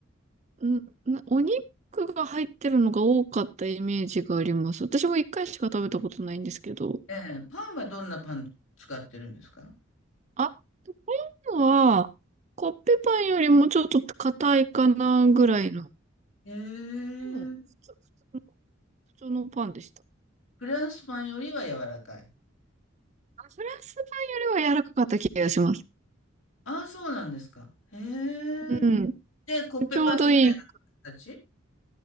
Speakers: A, on the right; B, on the left.
A: ん、なお肉が入ってるのが多かったイメージがあります。私も一回しか食べたことないんですけど。
B: ええ、パンはどんなパン使ってるんですか
A: あ、こういうのは、コッペパンよりもちょっと硬いかなぐらいの。
B: へえ。
A: でも、普通、普通の、普通のパンでした。
B: フランスパンよりは柔らかい。
A: あフランスパンよりは柔らかかった気がします。
B: ああ、そうなんですか。へえ。
A: うん。
B: で、コッペパンみたいな形
A: ちょうどいい。